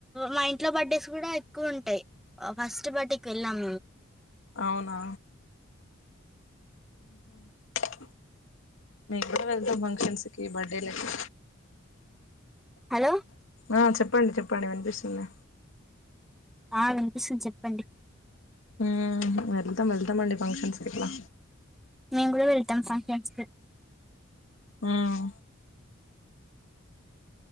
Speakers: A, in the centre; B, on the left.
A: మా ఇంట్లో బర్డేస్ కూడా ఎక్కువ ఉంటాయి అ ఫస్ట్ బర్డే కి వెళ్ళాం
B: అవునా హ మేం కూడా వెళ్తాం ఫంక్షన్స్ కి బర్డే లకి
A: హలో
B: ఆ చెప్పండి చెప్పండి వినిపిస్తుంది
A: ఆ వినిపిస్తుంది చెప్పండి
B: ఉమ్ వెళ్తాం వెళ్తాం అండి ఫంక్షన్స్ కి ఇట్లా
A: మీ కూడా వెల్తం ఫంక్షన్స్ కి
B: ఉమ్